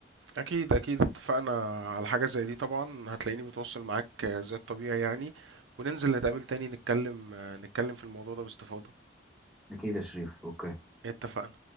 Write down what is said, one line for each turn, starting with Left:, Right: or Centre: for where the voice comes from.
Right: أكيد أكيد اتفقنا على حاجة زي دي طبعا هتلاقيني بتواصل معاك آه، زي الطبيعي يعني وننزل نتقابل تاني نتكلم آه، نتكلم في الموضوع ده باستفاضة
Centre: أكيد يا شريف أوكي
Right: اتفقنا